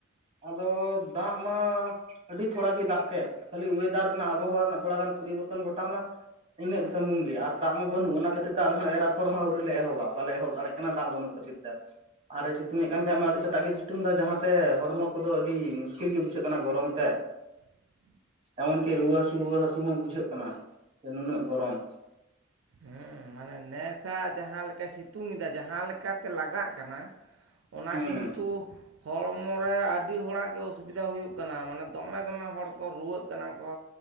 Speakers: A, on the right; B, on the right.
A: ᱟᱫᱚ ᱫᱟᱜ ᱢᱟ ᱟᱹᱰᱤ ᱛᱷᱚᱲᱟ ᱜᱮᱭ ᱫᱟᱜ ᱠᱮᱫ ᱠᱷᱟᱹᱞᱤ ᱚᱭᱮᱫᱟᱨ ᱨᱮᱱᱟᱜ ᱟᱵᱚᱦᱟᱣᱟ ᱨᱮᱱᱟᱜ ᱛᱷᱚᱲᱟ ᱜᱟᱱ ᱯᱚᱨᱤᱵᱚᱨᱛᱚᱱ ᱜᱷᱚᱴᱟᱣᱱᱟ ᱤᱱᱟᱹᱜ ᱥᱩᱢᱩᱝ ᱜᱮ ᱟᱨ ᱫᱟᱜ ᱢᱟ ᱵᱟᱹᱱᱩᱜᱼᱟ ᱚᱱᱟ ᱠᱷᱟᱹᱛᱤᱨ ᱛᱮ ᱟᱞᱮ ᱦᱚᱸ ᱮᱨᱟᱯᱷᱚᱨ ᱦᱚᱸ ᱟᱹᱣᱨᱤ ᱞᱮ ᱮᱦᱚᱵᱟ ᱵᱟᱞᱮ ᱮᱦᱚᱵ ᱫᱟᱲᱮᱜ ᱠᱟᱱᱟ ᱫᱟᱜ ᱵᱟᱹᱱᱩᱜ ᱠᱷᱟᱹᱛᱤᱨ ᱛᱮ ᱟᱨᱮ ᱥᱤᱛᱩᱝ ᱮᱫ ᱠᱟᱱ ᱠᱷᱟᱡ ᱢᱟ ᱟᱹᱰᱤ ᱥᱮᱛᱟᱜ ᱜᱮᱭ ᱥᱤᱛᱩᱝ ᱮᱫᱟ ᱡᱟᱦᱟᱸᱛᱮ ᱦᱚᱲᱢᱚ ᱠᱚᱫᱚ ᱟᱹᱰᱤ ᱢᱩᱥᱠᱤᱞ ᱜᱮ ᱵᱩᱡᱷᱟᱹᱜ ᱠᱟᱱᱟ ᱜᱚᱨᱚᱢ ᱛᱮ
B: ᱦᱮᱸ
A: ᱮᱢᱚᱱᱠᱤ ᱨᱩᱣᱟᱹ ᱦᱟᱹᱥᱩ ᱨᱩᱣᱟᱹ ᱦᱟᱹᱥᱩ ᱦᱚᱸ ᱵᱩᱡᱷᱟᱹᱜ ᱠᱟᱱᱟ ᱡᱮ ᱱᱩᱱᱟᱹᱜ ᱜᱚᱨᱚᱢ
B: ᱦᱮᱸ ᱢᱟᱱᱮ ᱱᱮᱥᱟᱜ ᱡᱟᱦᱟᱸᱮᱠᱟᱭ ᱥᱤᱛᱩᱝ ᱮᱫᱟ ᱡᱟᱦᱟᱸ ᱞᱮᱠᱟᱛᱮ ᱞᱟᱜᱟᱜ ᱠᱟᱱᱟ ᱚᱱᱟ
A: ᱦᱩᱸ
B: ᱠᱤᱱᱛᱩ ᱦᱚᱲᱢᱚ ᱨᱮ ᱟᱹᱰᱤ ᱦᱚᱲᱟᱜ ᱜᱮ ᱚᱥᱩᱵᱤᱫᱟ ᱦᱩᱭᱩᱜ ᱠᱟᱱᱟ ᱢᱟᱱᱮ ᱫᱚᱢᱮ ᱫᱚᱢᱮ ᱦᱚᱲᱠᱚ ᱨᱩᱣᱟᱹᱜ ᱠᱟᱱᱟ ᱠᱚ